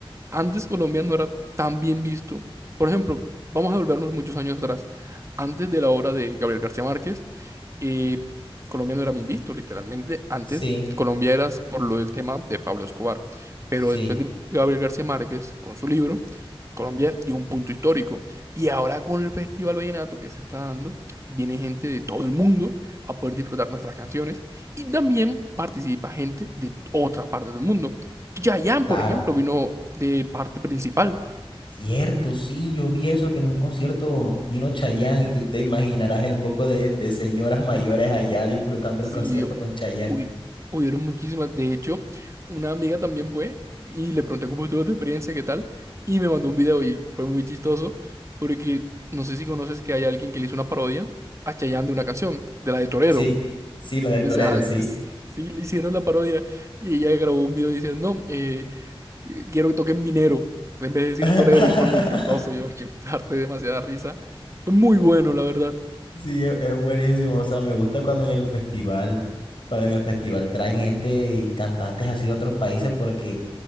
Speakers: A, on the right (about 30°); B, on the left (about 60°).
A: antes Colombia no era tan bien visto. Por ejemplo, vamos a volvernos muchos años atrás, antes de la obra de Gabriel García Márquez, y Colombia no era bien visto, literalmente. Antes,
B: Sí,
A: Colombia era por lo del tema de Pablo Escobar. Pero
B: sí,
A: después de Gabriel García Márquez, con su libro, Colombia dio un punto histórico. Y ahora con el Festival Vallenato que se está dando, viene gente de todo el mundo a poder disfrutar nuestras canciones. Y también participa gente de otras partes del mundo. Yayan,
B: claro.
A: por ejemplo, vino de parte principal.
B: Cierto, sí, yo vi eso, que en un concierto vino Chayanne y tú te imaginarás el poco de, de señoras mayores allá disfrutando
A: Sí,
B: el concierto con Chayanne.
A: hubi- hubieron muchísimas. De hecho, una amiga también fue y le pregunté cómo estuvo tu experiencia, qué tal, y me mandó un video y fue muy chistoso porque no sé si conoces que hay alguien que le hizo una parodia a Chayanne de una canción, de la de Torero.
B: Sí, sí, la del
A: O
B: torero,
A: sea,
B: sí.
A: s- sí, le hicieron la parodia y ella grabó un video diciendo, no, eh, eh, quiero que toquen Minero, en vez de decir
B: <laughs>
A: Torero, y fue muy chistoso. Yo, <laughs> yo harté demasiada risa. Fue muy bueno, la verdad.
B: Sí, es, es buenísimo, o sea, me gusta cuando en el festival, cuando en el festival traen gente y cantantes así de otros países porque,